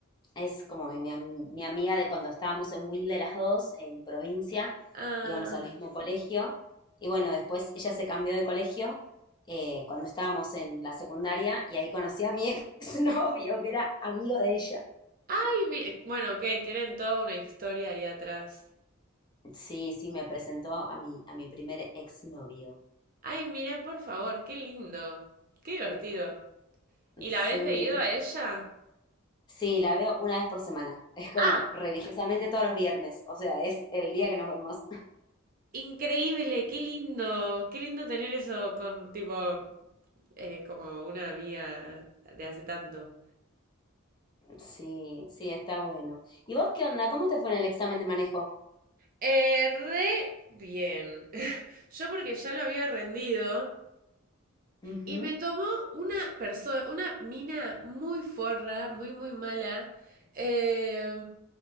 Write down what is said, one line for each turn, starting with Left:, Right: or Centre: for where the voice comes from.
Left: es como mi, mi amiga de cuando estábamos en Wilde las dos, en provincia,
Right: Ah,
Left: íbamos al mismo colegio. Y bueno, después ella se cambió de colegio eh, cuando estábamos en la secundaria y ahí conocí a mi <laughs> exnovio, que era amigo de ella.
Right: ay, mi- bueno, ok, tienen toda una historia ahí atrás.
Left: Sí, sí, me presentó a mi, a mi primer exnovio.
Right: Ay, mira, por favor, qué lindo, qué divertido. ¿Y la
Left: Sí,
Right: habéis seguido a ella?
Left: sí, la veo una vez por semana. Es como
Right: Ah.
Left: religiosamente todos los viernes. O sea, es el día que nos vemos. <laughs>
Right: Increíble, qué lindo, qué lindo tener eso con tipo eh, como una amiga de hace tanto.
Left: Sí, sí, está bueno. ¿Y vos qué onda? ¿Cómo te fue en el examen de manejo?
Right: Eh, re bien. <laughs> Yo porque ya lo había rendido
Left: Ujú.
Right: y me tomó una persona, una mina muy forra, muy muy mala. eh,